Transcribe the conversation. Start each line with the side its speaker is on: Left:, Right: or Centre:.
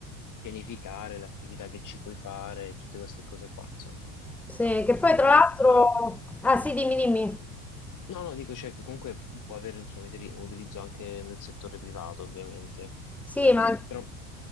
Left: pianificare l'attività che ci puoi fare, tutte queste cose qua, insomma.
Centre: sì. Che poi tra
Left: Quindi,
Centre: l'altro...
Left: ah,
Centre: Ah sì, dimmi, dimmi.
Left: no, no, dico, cioè, che comunque può avere, insomma, utili- utilizzo anche nel settore privato, ovviamente.
Centre: Sì,
Left: Eh,
Centre: ma...
Left: Però